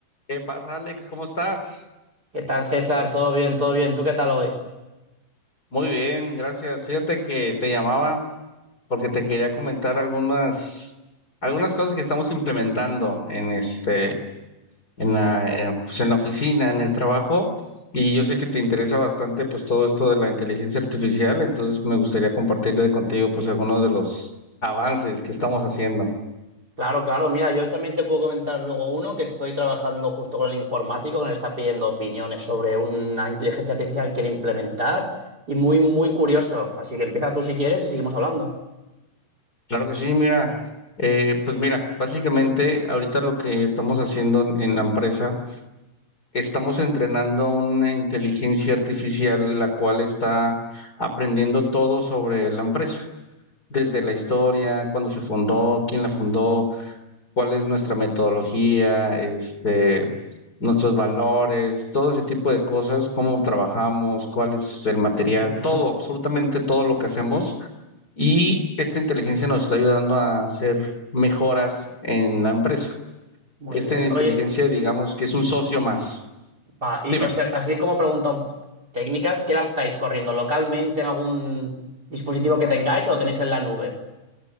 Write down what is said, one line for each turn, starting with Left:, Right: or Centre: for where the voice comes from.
Left: ¿Qué pasa, Alex? ¿Cómo estás?
Right: ¿Qué tal, César? ¿Todo bien? ¿Todo bien? ¿Tú qué tal hoy?
Left: Muy bien, gracias. Fíjate que te llamaba porque te quería comentar algunas algunas cosas que estamos implementando en este en la eh, pues en la oficina, en el trabajo, y yo sé que te interesa bastante pues todo esto de la inteligencia artificial, entonces me gustaría compartirle contigo pues algunos de los avances que estamos haciendo.
Right: Claro, claro. Mira, yo también te puedo comentar luego uno que estoy trabajando justo con el informático que nos está pidiendo opiniones sobre una inteligencia artificial que quiere implementar y muy, muy curioso. Así que empieza tú si quieres y seguimos hablando.
Left: Claro que sí, mira, eh, pues mira, básicamente ahorita lo que estamos haciendo en en la empresa Estamos entrenando una inteligencia artificial la cual está aprendiendo todo sobre la empresa, desde la historia, cuándo se fundó, quién la fundó, cuál es nuestra metodología, este, nuestros valores, todo ese tipo de cosas, cómo trabajamos, cuál es el material,
Right: Ujú,
Left: todo, absolutamente todo lo que hacemos. Y esta inteligencia nos está ayudando a hacer mejoras en la empresa.
Right: Muy
Left: Esta
Right: bien.
Left: inteligencia,
Right: Oye,
Left: digamos que es un socio más.
Right: va, y
Left: Dime.
Right: o sea, así como pregunta un- técnica, ¿qué la estáis corriendo? ¿Localmente en algún dispositivo que tengáis o lo tenéis en la nube?